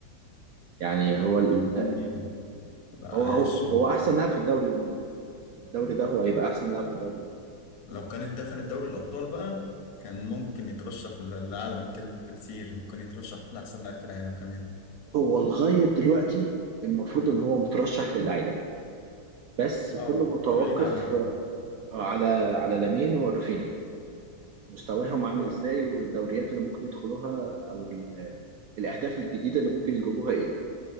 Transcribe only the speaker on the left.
جميل بقى
عاش
لو كانت دخلت دوري الأبطال بقى كان ممكن يترشح ل- لأعلى من كده بكتير ممكن يترشح لأحسن لاعب في العالم كمان
اه
بس بعيد عنها
عموما